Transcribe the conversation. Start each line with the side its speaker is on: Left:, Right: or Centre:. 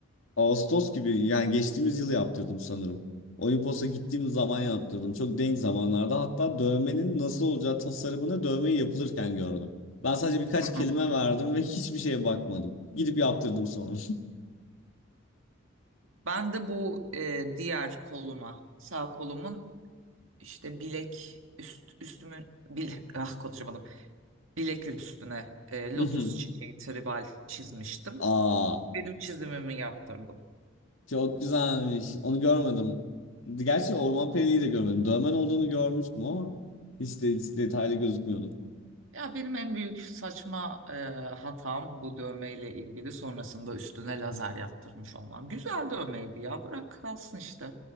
Left: Ağustos gibi yani geçtiğimiz yıl yaptırdım sanırım. Olimpos'a gittiğim zaman yaptırdım. Çok denk zamanlarda hatta dövmenin nasıl olacağı tasarımını dövmeyi yapılırken gördüm. Ben sadece birkaç
Right: Hı.
Left: kelime verdim ve hiçbir şeye bakmadım. Gidip yaptırdım sonra.
Right: Ben de bu e, diğer koluma, sağ kolumun işte bilek üst üstümün bilek ah konuşamadım. bilek üstüne e,
Left: <laughs>
Right: lotus çiçeği tribal çizmiştim.
Left: Aa,
Right: Benim çizimimi yaptırdım.
Left: çok güzelmiş. Onu görmedim. Gerçi Orman Perili'yi de görmedim. Dövmen olduğunu görmüştüm ama hiç, de, hiç detaylı gözükmüyordu.
Right: Ya benim en büyük saçma e, hatam bu dövmeyle ilgili sonrasında üstüne
Left: <laughs>
Right: lazer yaptırmış olmam. Güzel dövmeydi ya bırak kalsın işte.